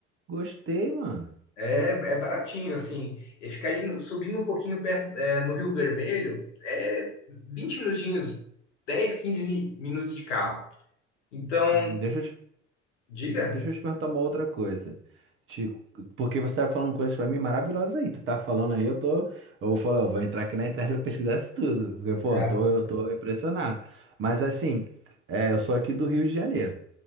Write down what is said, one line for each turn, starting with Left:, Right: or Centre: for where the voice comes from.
Right: gostei, mano.
Left: É, é baratinho, assim. E ficar aí no- subindo um pouquinho perto, é, no Rio Vermelho é 20 minutinhos, 10, 15 mi- minutos de carro. Então,
Right: Hum, deixa eu te
Left: diga.
Right: Deixa eu te perguntar uma outra coisa. Te- porque você tá falando coisas pra mim maravilhosas aí. Tu tá falando aí, eu tô. Eu falei, eu vou entrar aqui na internet e pesquisar isso tudo. Porque, pô,
Left: Cara.
Right: eu tô, eu tô impressionado. Mas assim, é, eu sou aqui do Rio de Janeiro.